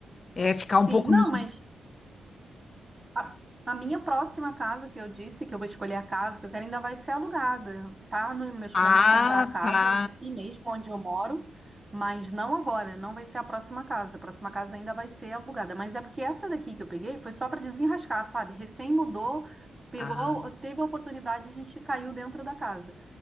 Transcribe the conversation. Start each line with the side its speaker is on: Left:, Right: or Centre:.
Left: É ficar um
Right: sim.
Left: pouco
Right: Não,
Left: no.
Right: mas A, a minha próxima casa que eu disse que eu vou escolher a casa que eu quero ainda vai ser alugada. Tá nos meus
Left: Ah,
Right: planos comprar a casa
Left: tá.
Right: aqui mesmo onde eu moro, mas não agora, não vai ser a próxima casa. A próxima casa ainda vai ser alugada, mas é porque essa daqui que eu peguei foi só para desenrascar, sabe? Recém mudou, pegou,
Left: Ah,
Right: teve a oportunidade, a gente caiu dentro da casa.